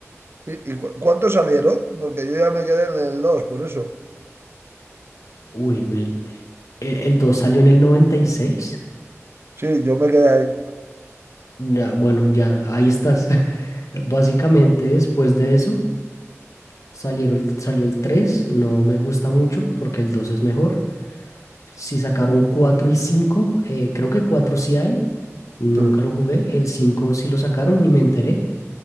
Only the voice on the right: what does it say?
¿Y, y cu- cuántos salieron? Porque yo ya me quedé en el dos, por eso.
Sí, yo me quedé ahí.
<laughs>